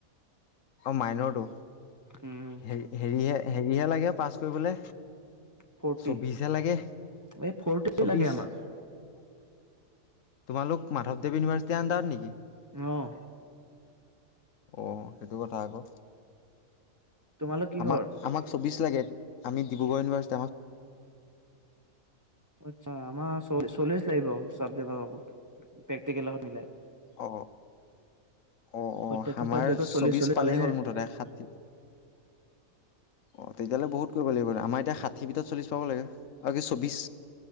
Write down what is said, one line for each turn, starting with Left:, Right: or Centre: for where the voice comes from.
Left: অ মাইনৰটো
Right: উম
Left: হে হেৰিহে হেৰিহে লাগে পাছ কৰিবলে
Right: ফৰ্টি
Left: চৌবিশহে লাগে
Right: এই ফৰ্টি
Left: চৌবিশ
Right: লাগে আমাৰ
Left: তোমালোক মাধৱদেৱ ইউনিভাৰ্চিটি আন্দাৰত নেকি
Right: অঁ
Left: অ সেইটো কথা আকৌ
Right: তোমালোক কিহৰ
Left: আমাক আমাক চৌবিশ লাগে আমি ডিব্ৰুগড় ইউনিভাৰ্চ
Right: আচ্ছা আমাৰ চল্লিছ লাগিব <unintelligible> প্ৰেক্টিকেল মিলাই
Left: অ অ অ
Right: প্ৰত্যেকটো
Left: আমাৰ
Right: চাবজেক্টত চল্লিশ
Left: চৌবিশ
Right: চল্লিশ
Left: পালেই
Right: পালেহে
Left: হ'ল মুঠতে ষাঠি অ তেতিয়াহ'লে বহুত কৰিব লাগিব আমাৰ এতিয়া ষাঠিৰ ভিতৰত চল্লিছ পাব লাগে আৰু কি চৌবিশ